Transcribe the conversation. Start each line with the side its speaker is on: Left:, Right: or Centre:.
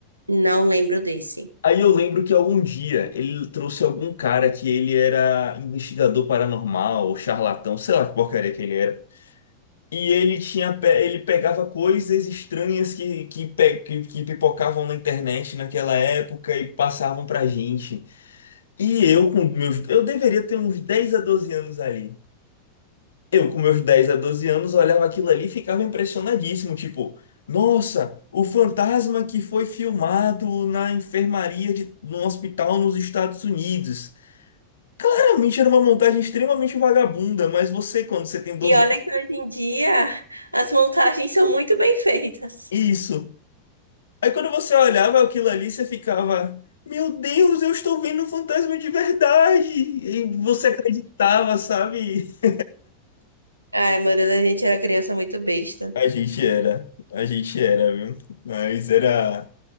Right: Não lembro desse.
Left: Aí eu lembro que algum dia ele trouxe algum cara que ele era investigador paranormal, ou charlatão, sei lá que porcaria que ele era. E ele tinha, pe- ele pegava coisas estranhas que, que, pe- que, que pipocavam na internet naquela época e passavam pra gente. E eu com meus, eu deveria ter uns 10 a 12 anos ali. Eu, com meus 10 a 12 anos, olhava aquilo ali e ficava impressionadíssimo. Tipo, nossa, o fantasma que foi filmado na enfermaria de num hospital nos Estados Unidos. Claramente era uma montagem extremamente vagabunda, mas você, quando você tem doze,
Right: E olha
Left: anos,
Right: que hoje em dia as montagens são muito bem feitas.
Left: isso. Aí quando você olhava aquilo ali, você ficava, meu Deus, eu estou vendo um fantasma de verdade. E você acreditava, sabe? <laughs>
Right: Ai, meu Deus, a gente era criança muito besta.
Left: A gente era, a gente era, viu? Mas era.